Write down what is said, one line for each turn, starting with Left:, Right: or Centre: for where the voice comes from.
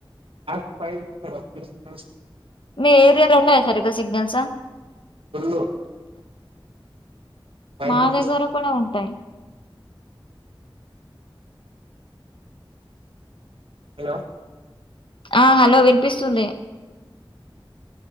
Right: నాకు ఫైవ్ జీ <unintelligible>
Left: మీ ఏరియాలో ఉన్నాయా సరిగ్గా సిగ్నల్స్
Right: ఫుల్లు ఫైవ్
Left: మా
Right: జీ.
Left: దగ్గర కూడా ఉంటాయి
Right: హలో
Left: ఆ హలో వినిపిస్తుంది